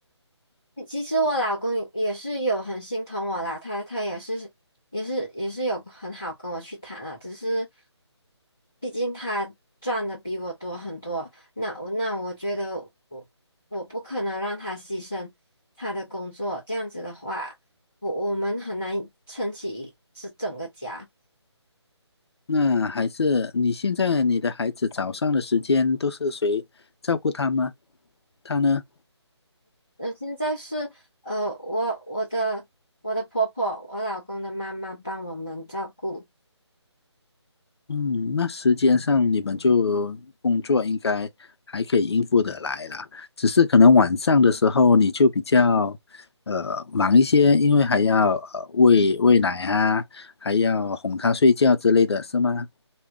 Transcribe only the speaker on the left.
那还是你现在你的孩子早上的时间都是谁照顾他吗？他呢？
嗯，那时间上你们就工作应该还可以应付得来啦，只是可能晚上的时候你就比较呃忙一些，因为还要呃喂喂奶啊，还要哄他睡觉之类的是吗？